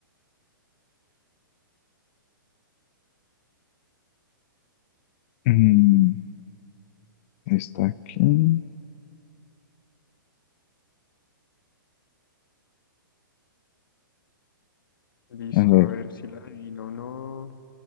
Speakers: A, on the left (about 35°); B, on the left (about 70°).
A: Mm, está aquí.
B: Listo,
A: A ver,
B: a ver si la adivino o no.